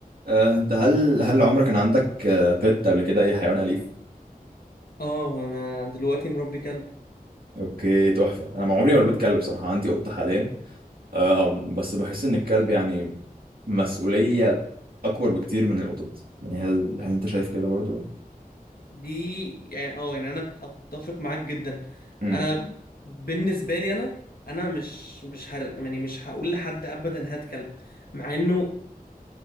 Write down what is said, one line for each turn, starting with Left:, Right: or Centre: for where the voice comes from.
Right: آه، انت هل هل عمرك كان عندك بيت قبل كده اي حيوان اليف
Left: اه انا دلوقتي مربي كلب
Right: اوكي تحفه انا ما عمري ما ربيت كلب بصراحه عندي قطه حاليا آم، بس بحس ان الكلب يعني مسؤوليه اكبر بكتير من القطط يعني هل هل انت شايف كده برضو ولا
Left: دي يعني اه يعني انا اتفق معاك جدا
Right: امم
Left: انا بالنسبه لي انا انا مش مش هر يعني مش هقول لحد ابدا هات كلب مع انه